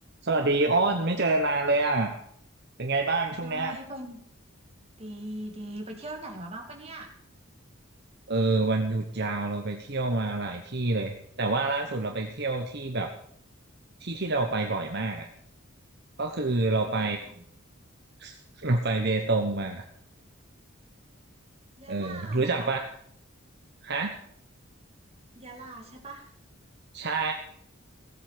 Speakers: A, on the right; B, on the right.
A: สวัสดีอ้นไม่เจอนานเลยอ่ะเป็นไงบ้างช่วงเนี้ย
B: ใช่เป็นดีดีไปเที่ยวไหนมาบ้างปะเนี่ย
A: เออวันหยุดยาวเราไปเที่ยวมาหลายที่เลยแต่ว่าล่าสุดเราไปเที่ยวที่แบบที่ที่เราไปบ่อยมากอะก็คือเราไป
B: ที่ไหน
A: <laughs> เราไปเบตงมา
B: ยะลาเหรอ
A: เออรู้จักปะฮะ
B: ยะลาใช่ปะ
A: ใช่